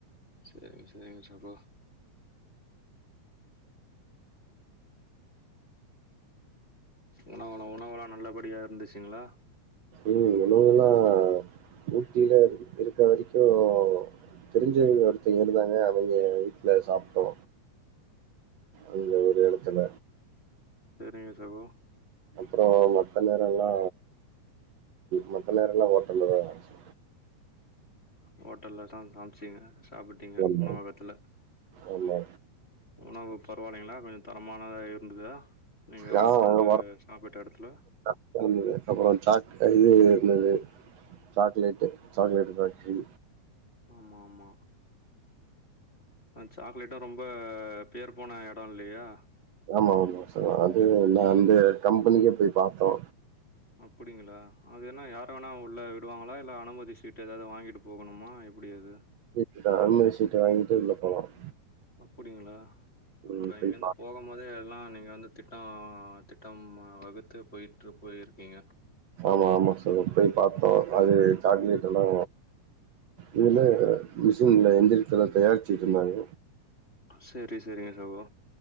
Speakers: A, on the left; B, on the right.
A: சரிங்க சரிங்க சகோ உணவலா உணவலாம் நல்லபடியா இருந்துச்சுங்களா
B: ம் உணவலா ஊட்டில இருக்கா வரைக்கோ தெரிஞ்சவிங்க ஒருத்தங்க இருந்தாங்க அவிங்க வீட்ல சாப்ட்டோ அந்த ஒரு இடத்துல
A: சரிங்க சகோ
B: அப்றோ மத்த நேரலா மத்த நேரம்லா ஓட்டல்ல தான் லன்ஞ்சு
A: ஹோட்டல்ல தான் <unintelligible> சாப்பிட்டிங்க
B: ஆமா
A: உணவகத்ல
B: ஆமா
A: உணவு பரவாலைங்களா கொஞ்சோ தரமானதா இருந்துதா நீங்க
B: நா
A: சென்று
B: அங்க
A: சாப்பிட்ட இடத்துல
B: வர்றப்ப அப்றோ சாக் இது இருந்தது சாக்லேட்டு சாக்லேட்டு ஃபேக்ட்ரி
A: ஆமா ஆமா ஆ சாக்லேட்டு ரொம்ப பேர் போன இடம் இல்லையா
B: ஆமா ஆமா சகோ அது நா அந்த கம்பனியே போய் பாத்தோ
A: அப்படிங்களா அது என்ன யார வேணா உள்ள விடுவாங்களா இல்ல அனுமதி சீட்டு எதாவது வாங்கிட்டு போகணுமா எப்புடி அது
B: இல்ல அனுமதி சீட்டு வாங்கிட்டு உள்ள போலாம்
A: அப்படிங்ளா அப்ப
B: ம் போய்
A: இங்கந்து
B: பா
A: போறோ போம்போதே எல்லா நீங்க வந்து திட்டோ திட்டம் வகுத்து போயிட்ரு போய்ருக்கீங்க
B: ஆமா ஆமா சகோ போய் பாத்தோ அது சாக்லேட் எல்லா இதுல மிசின்ல எந்திர்த்ல தயாரிச்சுட்டுருந்தாங்க
A: செரி செரிங்க சகோ